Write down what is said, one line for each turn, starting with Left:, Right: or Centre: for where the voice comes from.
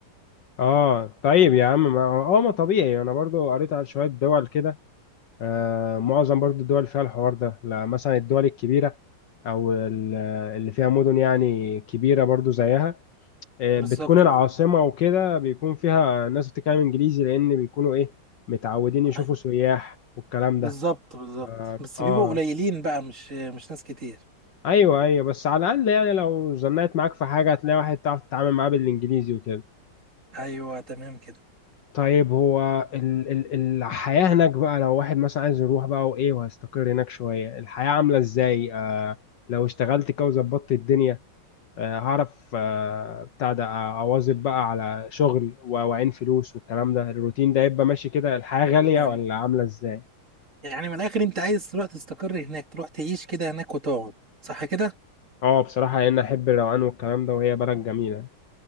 Left: اه طيب يا عم ما اه ما طبيعي انا برضو قريت على شويه دول كده آه معظم برضو الدول فيها الحوار ده لا مثلا الدول الكبيره او ال- اللي فيها مدن يعني كبيره برضو زيها آه
Right: بالظبط
Left: بتكون العاصمه
Right: اه
Left: وكده بيكون فيها ناس بتتكلم انجليزي لان بيكونوا ايه متعودين يشوفوا
Right: أي-
Left: سياح والكلام
Right: بالظبط
Left: ده
Right: بالظبط
Left: اه
Right: بس
Left: آه.
Right: بيبقوا قليلين بقى مش مش ناس كتير
Left: ايوه ايوه بس على الاقل يعني لو زنقت معاك في حاجه هتلاقي واحد تعرف تتعامل معاه بالانجليزي وكده
Right: ايوه تمام كده
Left: طيب هو ال ال الحياه هناك بقى لو واحد مثلا عايز يروح بقى وايه وهيستقر هناك شويه الحياه عامله ازاي آه لو اشتغلت كده وظبطت الدنيا آه هعرف آه بتاع ده آه، اواظب بقى على شغل و- واعين فلوس والكلام ده الروتين ده يبقى ماشي كده الحياه غاليه
Right: يعني
Left: ولا عامله ازاي
Right: يعني من الاخر انت عايز تروح تستقر هناك تروح تعيش كده هناك وتقعد صح كده
Left: اه بصراحه لان احب الروقان والكلام ده وهي بلد جميله